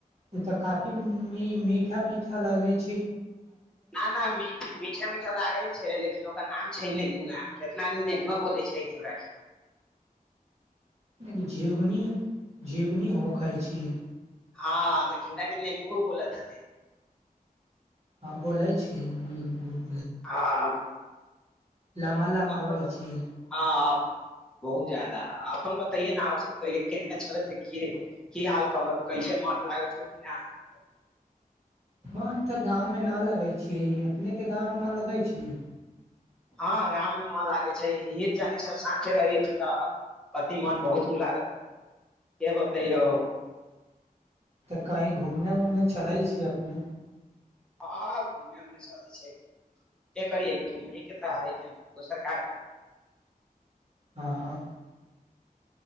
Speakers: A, on the right; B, in the centre.
A: ओ तऽ काफी मीठा मीठा लगे छै
B: न न मीठा मीठा लागे छै लेकिन ओकर नाम छै ने कितना आदमी बोलै छै हमरा के
A: एक जीवनी जीवनी हो खााय छियै
B: हँ तऽ घीवरा केने लुहो बोलत
A: हँ बोलै छी नील गुप
B: हँ
A: लहा लहा
B: अपन
A: होइ छियै
B: हँ बहुत ज्यादा अपन बताइए ने आओर सब केने छल की हाल खबर कैसे महत लागत हो कि नहि
A: मन तऽ गाँवमे नहि लगै छियै अपनेके गाँवमे मन लगै छै
B: हँ गाँव मे मन लागै छै ह जनि सब साथे रही हथि तऽ कथि मन बहुत लागल रह क बताइय ओ
A: कहीँ घूमने उमने चलै छी अपने
B: हँ घू उ चलै छै के करियै घूम त दोसर क कर
A: हँ